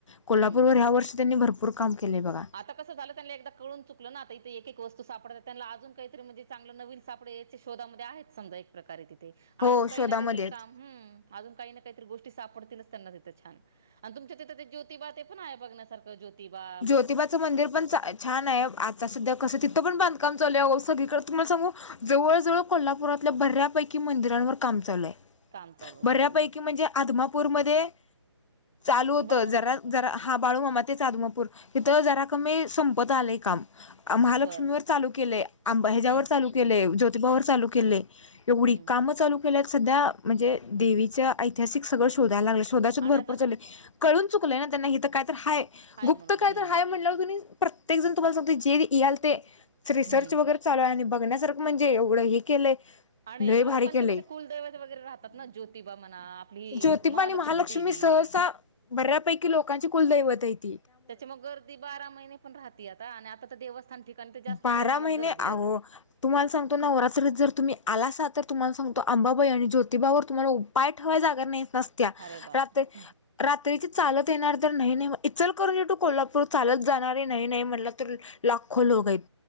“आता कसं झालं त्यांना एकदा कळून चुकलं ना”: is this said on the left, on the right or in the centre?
Centre